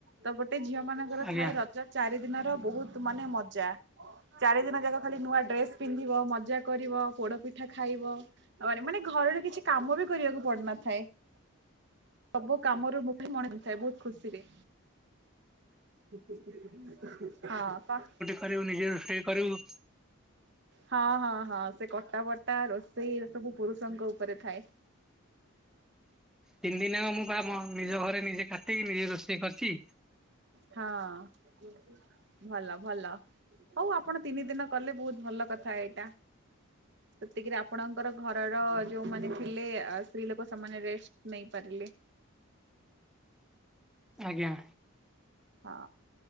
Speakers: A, on the right (about 55°); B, in the centre.
A: ତ ଗୋଟେ ଝିଅ ମାନଙ୍କର
B: ଆଜ୍ଞା
A: ଥାଇ ରଜ ଚାରି ଦିନର ବହୁତ ମାନେ ମଜା ଚାରି ଦିନ ଯାକ ଖାଲି ନୂଆ ଡ୍ରେସ ପିନ୍ଧିବ ମଜା କରିବ ପୋଡପିଠା ଖାଇବ। ଆଉ ମାନେ ଘରର କିଛି କାମ ବି କରିବାକୁ ପଡନଥାଏ। ସବୁ କାମରୁ ମୁ ମଣି ଦେଇଥାଏ ବହୁତ ଖୁସିରେ। ହଁ ପା।
B: କରିବୁନି ନିଜେ ରୋଷେଇ କରିବୁ
A: ହଁ ହଁ ହଁ ସେ କଟା ବଟା ରୋଷେଇ ସବୁ ପୁରୁଷଙ୍କ ଉପରେ ଥାଏ।
B: ତିନି ଦିନ ଯାକ ମୁଁ ଆମ ନିଜ ଘରେ ନିଜେ କାଟିକି ନିଜେ ରୋଷେଇ କରିଛି।
A: ହଁ। ଭଲ ଭଲ ହଉ ଆପଣ ତିନି ଦିନ କଲେ ବହୁତ ଭଲ କଥା ଏଇଟା। ସେତିକିରେ ଆପଣଙ୍କର ଘରର ଯୋଉମାନେ ଥିଲେ ସ୍ତ୍ରୀ ଲୋକ ସେମାନେ ରେଷ୍ଟ ନେଇପାରିଲେ।
B: ଆଜ୍ଞା।
A: ହଁ।